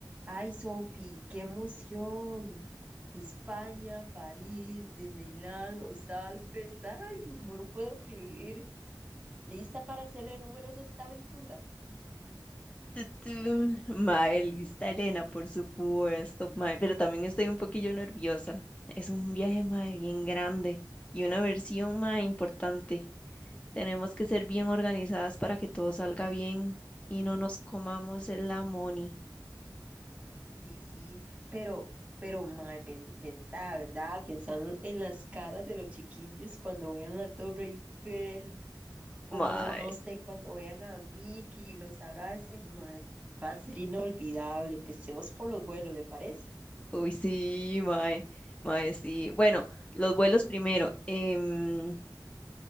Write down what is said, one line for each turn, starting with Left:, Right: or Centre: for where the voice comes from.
Right: Ay, Sofi, qué emoción. España, París, Disneyland, los Alpes. Ay, no lo puedo creer. ¿Lista para hacerle números a esta aventura?
Left: tu, tu. Mae, lista Elena, por supuesto, mae, pero también estoy un poquillo nerviosa. Es un viaje, mae, bien grande y una versión, mae, importante. Tenemos que ser bien organizadas para que todo salga bien y no nos comamos el amoni.
Right: Sí, sí, pero, pero, mae, pen- pensá, ¿verdad? Pensar en las caras de los chiquillos cuando vean la Torre Eiffel o
Left: Mae,
Right: no sé, cuando vean a Mickey y los abracen, mae, va a ser inolvidable. Empecemos por los vuelos, ¿le parece?
Left: uy, sí, mae, mae, sí. Bueno, los vuelos primero. Em,